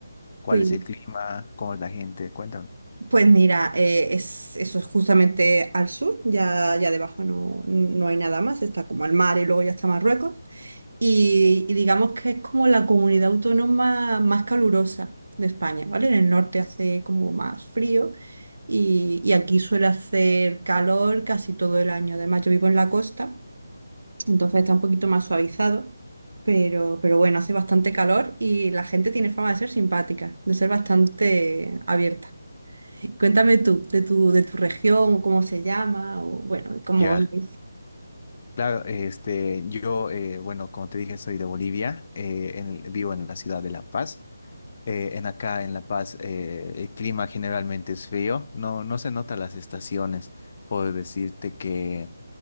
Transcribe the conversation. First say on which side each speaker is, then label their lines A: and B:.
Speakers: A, on the left (about 40°); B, on the right (about 60°).
A: ¿cuál
B: Pues,
A: es el clima? ¿Cómo es la gente? Cuéntame.
B: pues mira, eh, es, eso es justamente al sur, ya, ya debajo no, no hay nada más, está como el mar y luego ya está Marruecos. Y, y digamos que es como la comunidad autónoma más calurosa de España, ¿vale? En el norte hace como más frío y, y aquí suele hacer calor casi todo el año. Además, yo vivo en la costa, entonces está un poquito más suavizado, pero, pero bueno, hace bastante calor y la gente tiene fama de ser simpática, de ser bastante abierta. Cuéntame tú, de tu, de tu región, o cómo se llama, o bueno, cómo
A: Ya,
B: es.
A: claro, este, yo, eh, bueno, como te dije, soy de Bolivia, eh, en vivo en la ciudad de La Paz. Eh, en acá, en La Paz, eh, el clima generalmente es frío, no, no se notan las estaciones. Puedo decirte que